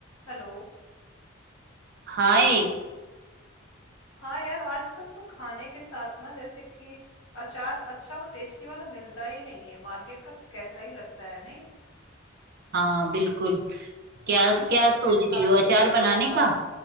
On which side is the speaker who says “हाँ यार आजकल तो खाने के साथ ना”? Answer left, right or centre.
Left